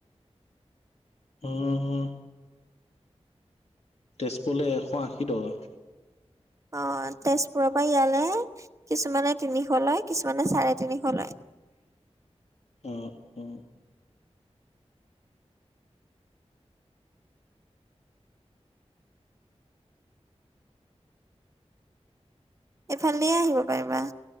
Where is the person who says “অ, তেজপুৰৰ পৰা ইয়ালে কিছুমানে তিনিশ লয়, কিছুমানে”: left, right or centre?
Right